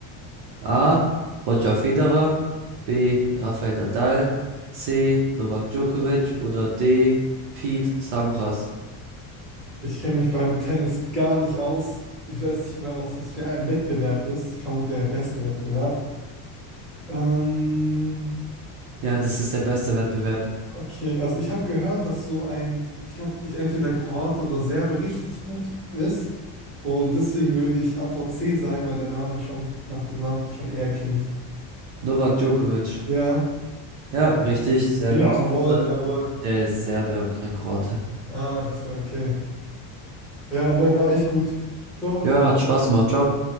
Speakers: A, on the right; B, in the centre.
A: A. Roger Federer. B. Rafael Nadal. C. Novak Djokovic. Oder D. Pete Sampras.
B: Ich kenne mich beim Tennis gar nicht aus. Ich weiß nicht mal, was das für ein Wettbewerb ist. Ich vermute, der beste Wettbewerb. Ähm,
A: Ja, das ist der beste Wettbewerb.
B: Okay, also ich habe gehört, dass so ein, ich glaube, ich entweder Kroate oder Serbe richtig gut ist. Und deswegen würde ich Antwort C sagen, weil der Name schon nach dem Land schon eher klingt.
A: Novak Djokovic.
B: Ja.
A: Ja, richtig, sehr gut.
B: Jawohl,
A: Aber
B: jawohl.
A: der ist Serbe und kein Kroate.
B: Ah, so, okay. Ja, aber war echt gut. Ciao.
A: Ja, hat Spaß gemacht. Ciao.